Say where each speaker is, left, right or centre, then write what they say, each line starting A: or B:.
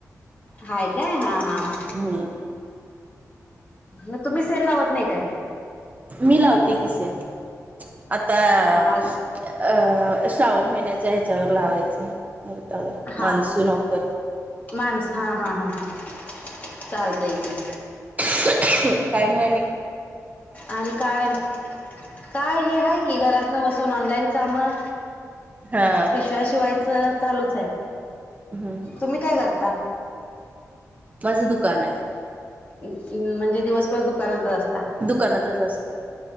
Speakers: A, on the left; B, on the right.
A: हाय काय हा हा ह्
B: हम्म
A: म तुम्ही सेल लावत नाही काय.
B: मी लावते कि सेल आता
A: हा
B: अ श्रावण महिन्याच्या ह्याच्यावर लावायचं मर्तावर
A: हा
B: मान्सून ऑफर.
A: माणस हा हा हा हा चालतय कि.
B: काय म आणि
A: आणि काय काय हे आहे की घरातन बसून ऑनलाईन कामं.
B: हा.
A: पिशव्या शिवायच चालूच आहे.
B: हंम.
A: तुम्ही काय करता?
B: माझं दुकान आहे.
A: म- म्हणजे दिवसभर दुकानातच असता?
B: दुकानातच असते